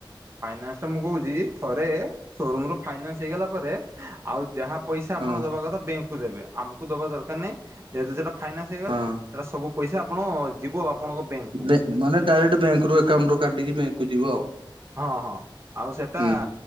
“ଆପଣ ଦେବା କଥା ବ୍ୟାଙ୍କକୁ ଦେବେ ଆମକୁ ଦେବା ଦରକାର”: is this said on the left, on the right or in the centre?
Right